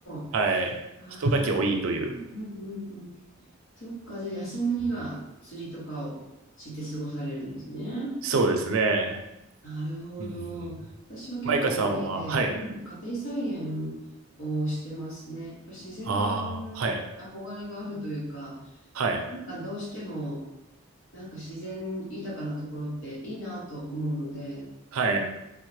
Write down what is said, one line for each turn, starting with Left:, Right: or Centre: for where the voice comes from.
Left: あ
Right: はい。
Left: あ、
Right: 人だけ多いという。
Left: うんうんうんうん。そっか、じゃあ、休みの日は釣りとかをして過ごされるんですね。
Right: うんそうですね。
Left: なるほど。
Right: うんうん。
Left: 私は結構家で、
Right: マイカさんは、はい。
Left: うん、家庭菜園をしてますね。やっぱ自然に憧れがあるというか、
Right: ああ、はい。はい。
Left: なんかどうしても、なんか自然豊かなところっていいなと思うので、
Right: はい。